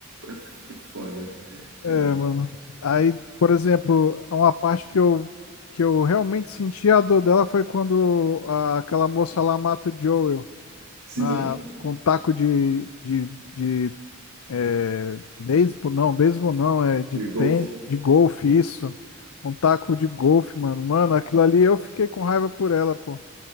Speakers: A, on the right (about 85°); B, on the left (about 85°).
A: É f- é foda. É,
B: É, mano. Aí, por exemplo, uma parte que eu, que eu realmente senti a dor dela foi quando a- aquela moça lá mata o Joel
A: sim,
B: na, com taco de, de, de é, beisebol, não, beisebol não, é de,
A: de
B: ten,
A: golfe.
B: de golfe, isso. Com taco de golfe, mano. Mano, aquilo ali eu fiquei com raiva por ela, pô.